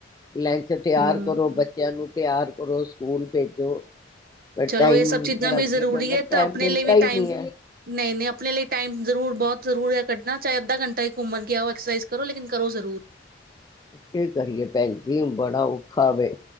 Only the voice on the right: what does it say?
ਹਮ
ਚਲੋ
ਇਹ ਸਭ ਚੀਜ਼ਾਂ
ਵੀ ਜ਼ਰੂਰੀ
ਹੈ
ਤਾਂ ਆਪਣੇ
ਲਈ ਵੀ
ਟਾਈਮ
ਨਹੀਂ ਨਹੀਂ ਆਪਣੇ ਲਈ ਟਾਈਮ ਜ਼ਰੂਰ ਬਹੁਤ ਜ਼ਰੂਰ ਹੈ ਕੱਢਣਾ ਚਾਹੇ ਅੱਧਾ ਘੰਟਾ ਇੱਕ ਘੁੰਮਣ ਕੇ ਆਓ ਐਕਸਰਸਾਈਜ਼ ਕਰੋ ਲੇਕਿਨ ਕਰੋ ਜ਼ਰੂਰ